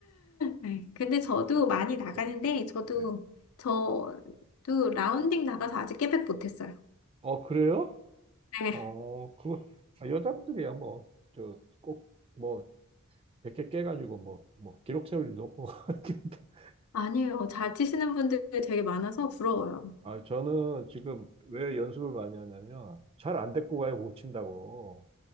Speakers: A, on the left (about 85°); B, on the right (about 25°).
A: 네, 근데 저도 많이 나가는데,
B: 네.
A: 저도,
B: 네.
A: 저도 라운딩 나가서 아직 깨백 못했어요.
B: 어, 그래요?
A: 네.
B: 어, 그거, 아, 여자분들이야, 뭐, 저, 꼭, 뭐, 100개 깨가지고, 뭐, 뭐, 기록 세울 일도 없고. <laughs>
A: 아니에요. 잘 치시는 분들이 되게 많아서 부러워요.
B: 아, 저는 지금 왜 연습을 많이 하냐면, 잘 안 데리고 가요, 못 친다고.